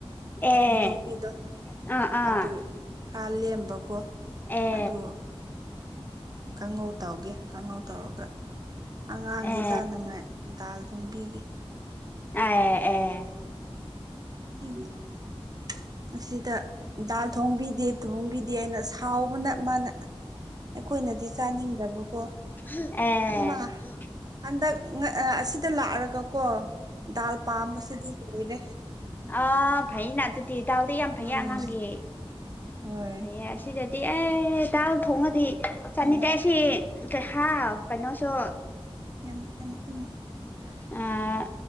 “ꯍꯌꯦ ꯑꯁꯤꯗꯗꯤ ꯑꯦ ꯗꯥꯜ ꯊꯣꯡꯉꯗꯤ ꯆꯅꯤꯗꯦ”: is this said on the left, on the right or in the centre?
Left